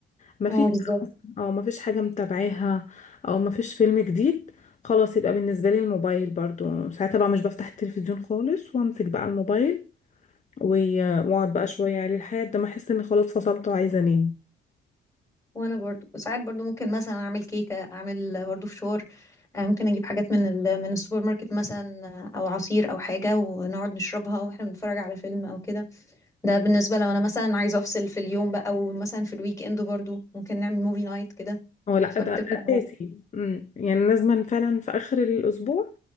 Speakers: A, on the left; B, on the left.
A: ما
B: اه
A: فيش
B: بالظبط
A: او مفيش حاجة متابعاها او مفيش فيلم جديد خلاص يبقى بالنسبة لي الموبايل برضو ساعتها بقى مش بفتح التلفزيون خالص وامسك بقى الموبايل و- واقعد بقى شوية عليه لحد ما احس اني خلاص فصلت وعايزة انام
B: وانا برضو ساعات برضو ممكن مثلا اعمل كيكه اعمل برضو فشار آه، ممكن اجيب حاجات من ال... من السوبر ماركت مثلا آه، او عصير او حاجه ونقعد نشربها واحنا بنتفرج على فيلم او كده ده بالنسبه لو انا مثلا عايزه افصل في اليوم بقى او مثلا في الويك اند برضو ممكن نعمل موفي نايت كده
A: هو لا
B: فبتبقى
A: ده اساسي امم يعني لازم فعلا في اخر الاسبوع